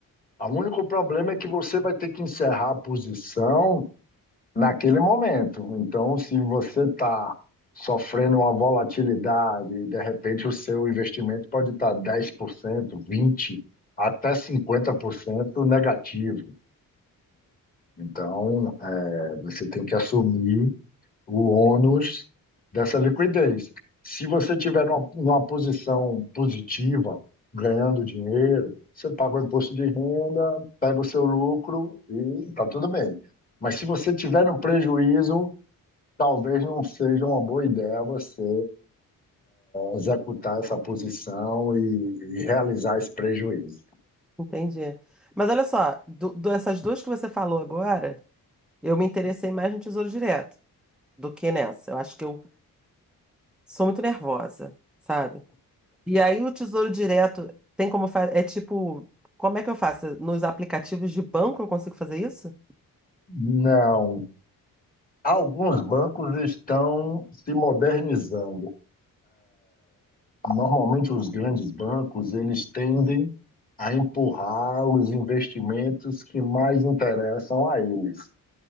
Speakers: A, on the left; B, in the centre.
A: O único problema é que você vai ter que encerrar a posição naquele momento. Então, se você está sofrendo uma volatilidade, e de repente o seu investimento pode estar 10%, 20%, até 50% negativo. Então, é, você tem que assumir o ônus dessa liquidez. Se você tiver numa, numa posição positiva, ganhando dinheiro, você paga o imposto de renda, pega o seu lucro e tá tudo bem. Mas se você tiver no prejuízo, Talvez não seja uma boa ideia você executar essa posição e, e realizar esse prejuízo.
B: entendi. Mas olha só, do, dessas duas que você falou agora, eu me interessei mais no Tesouro Direto do que nessa. Eu acho que eu sou muito nervosa, sabe? E aí o Tesouro Direto tem como fazer, é tipo, como é que eu faço? Nos aplicativos de banco eu consigo fazer isso?
A: Não. Alguns bancos estão se modernizando. Normalmente, os grandes bancos eles tendem a empurrar os investimentos que mais interessam a eles.